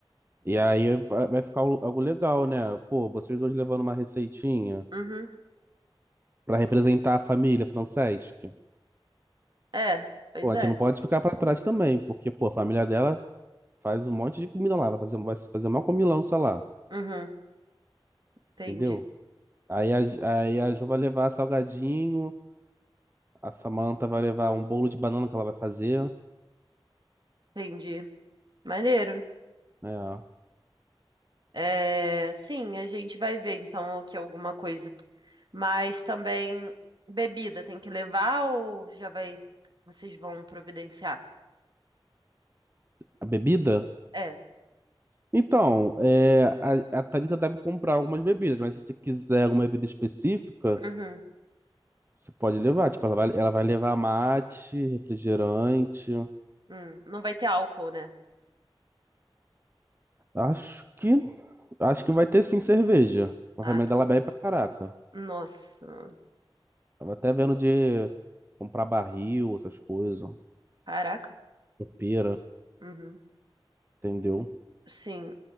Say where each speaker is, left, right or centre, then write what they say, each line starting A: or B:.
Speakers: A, on the right; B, on the right.
A: E aí vai vai ficar al- algo legal, né? Pô, vocês dois levando uma receitinha
B: Uhum.
A: pra representar a família Franceschi.
B: É, pois
A: Pô, a
B: é.
A: gente não pode ficar pra trás também, porque, pô, a família dela faz um monte de comida lá, vai fazer, vai fazer uma comilança lá,
B: Uhum. Entendi.
A: entendeu? Aí a, aí a Jo vai levar salgadinho, A Samantha vai levar um bolo de banana que ela vai fazer.
B: Entendi. Maneiro.
A: é,
B: É, sim, a gente vai ver então o que é alguma coisa. Mas também bebida tem que levar ou já vai. Vocês vão providenciar?
A: a bebida?
B: É.
A: Então, é, a, a Thalita deve comprar algumas bebidas, mas se você quiser alguma bebida específica,
B: Uhum.
A: você pode levar. Tipo, ela vai, ela vai levar mate, refrigerante.
B: Hum. Não vai ter álcool, né?
A: Acho que, acho que vai ter sim cerveja. A
B: Ah,
A: família
B: tá.
A: dela bebe pra caraca.
B: Nossa.
A: Tava até vendo de comprar barril, essas coisas,
B: Caraca.
A: pera,
B: Uhum.
A: entendeu?
B: Sim,